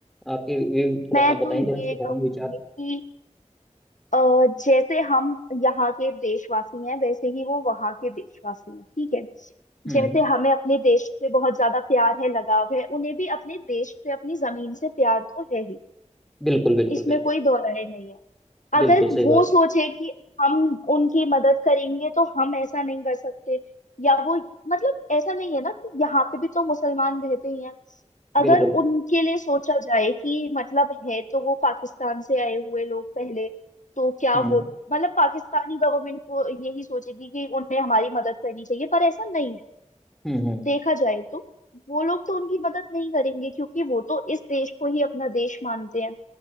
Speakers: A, in the centre; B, on the left.
A: आपके व्यू थोड़ा
B: मैं
A: सा
B: तो
A: बताइए
B: ये
A: जरा इसके बारे
B: कहूंगी
A: में विचार
B: कि अ, जैसे हम यहाँ के देशवासी हैं वैसे ही वो वहाँ के देशवासी हैं ठीक है
A: हम्म
B: जैसे हमें अपने देश से बहुत ज्यादा प्यार है लगाव है उन्हें भी अपने देश से अपनी जमीन से प्यार तो है ही
A: बिल्कुल बिल्कुल
B: इसमें
A: बिल्कुल
B: कोई दो राय नहीं है अगर
A: बिल्कुल सही
B: वो
A: बात
B: सोचे
A: है
B: कि हम उनकी मदद करेंगे तो हम ऐसा नहीं कर सकते या वो मतलब ऐसा नहीं है ना कि यहाँ पे भी तो मुसलमान रहते ही हैं अगर
A: बिल्कुल
B: उनके लिए सोचा जाए कि मतलब है तो वो पाकिस्तान से आए हुए लोग पहले तो क्या
A: हम्म
B: वो मतलब पाकिस्तानी गवर्नमेंट को यही सोचेगी कि उन्हें हमारी मदद करनी चाहिए पर ऐसा नहीं है
A: हम्म हम्म
B: देखा जाए तो वो लोग तो उनकी मदद नहीं करेंगे क्योंकि वो तो इस देश को ही अपना देश मानते हैं